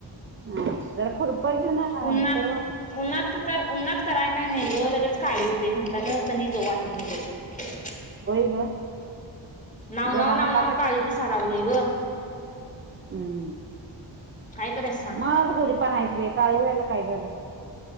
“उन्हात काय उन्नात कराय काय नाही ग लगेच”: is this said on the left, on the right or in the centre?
Left